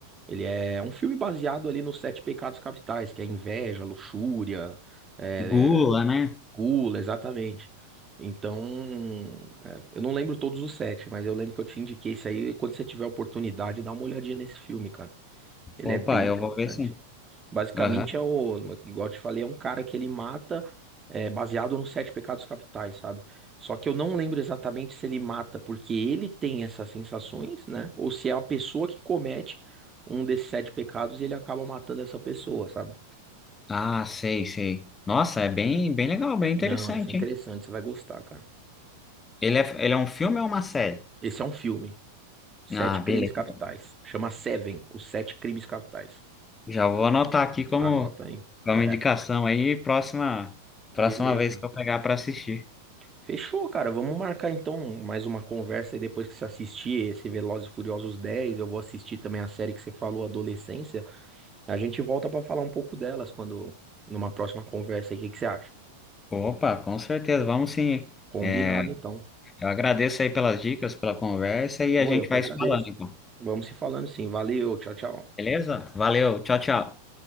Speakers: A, on the right; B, on the left.
A: Ele é um filme baseado ali nos Sete Pecados Capitais, que é inveja, luxúria, é,
B: Gula, né?
A: gula, exatamente. Então, é, eu não lembro todos os sete, mas eu lembro que eu te indiquei isso aí. Quando você tiver a oportunidade, dá uma olhadinha nesse filme, cara. Ele
B: Opa,
A: é bem interessante.
B: eu vou ver sim.
A: Basicamente
B: Aham.
A: é o, igual eu te falei, é um cara que ele mata é, baseado nos sete pecados capitais, sabe? Só que eu não lembro exatamente se ele mata porque ele tem essas sensações, né? Ou se é a pessoa que comete um desses sete pecados e ele acaba matando essa pessoa, sabe?
B: Ah, sei, sei. Nossa, é bem, bem legal, bem interessante,
A: Não, isso é interessante,
B: hein?
A: você vai gostar, cara.
B: Ele é, ele é um filme ou uma série?
A: Esse é um filme, Sete
B: Ah,
A: Crimes
B: beleza.
A: Capitais. Chama Seven, os Sete Crimes Capitais.
B: Já vou anotar aqui como,
A: Anota aí.
B: como
A: É,
B: indicação aí, próxima,
A: beleza.
B: próxima vez que eu pegar para assistir.
A: Fechou, cara. Vamos marcar então mais uma conversa aí depois que você assistir esse Velozes e Furiosos dez, Eu vou assistir também a série que você falou, Adolescência. A gente volta pra falar um pouco delas quando numa próxima conversa aí. O que que você acha?
B: Opa, com certeza, vamos sim.
A: Combinado,
B: É,
A: então.
B: eu agradeço aí pelas dicas, pela conversa e
A: Pô,
B: a gente
A: eu que
B: vai
A: agradeço.
B: se falando, então.
A: Vamos se falando sim. Valeu, tchau, tchau.
B: Beleza? Valeu, tchau, tchau.